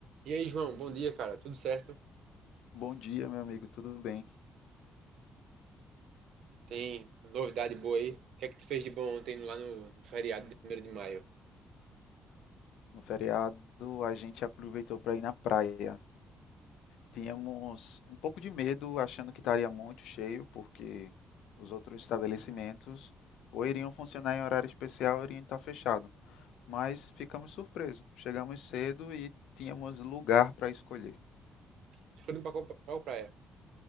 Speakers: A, on the right; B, on the left.
A: E aí, João, bom dia, cara. Tudo certo?
B: Bom dia, meu amigo, tudo bem?
A: Tem novidade boa aí? O que é que tu fez de bom ontem lá no, no feriado de primeiro de maio?
B: No feriado a gente aproveitou para ir na praia. Tínhamos um pouco de medo, achando que estaria muito cheio, porque os outros estabelecimentos ou iriam funcionar em horário especial ou iriam estar fechado. Mas ficamos surpresos. Chegamos cedo e tínhamos lugar para escolher.
A: Tu foi pra qual, pra qual praia?